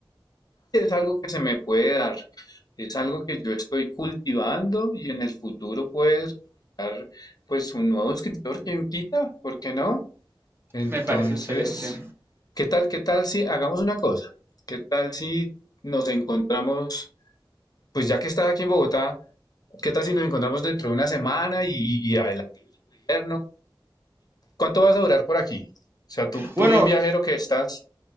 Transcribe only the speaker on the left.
es algo que se me puede dar, es algo que yo estoy cultivando y en el futuro puede resultar pues un nuevo escritor, quien quita, ¿por qué no? Entonces,
¿qué tal, qué tal si hagamos una cosa? ¿Qué tal si nos encontramos, pues ya que estás aquí en Bogotá, ¿qué tal si nos encontramos dentro de una semana y, y adelante? vernos? ¿Cuánto vas a durar por aquí? O sea, tú, tú
bien viajero que estás.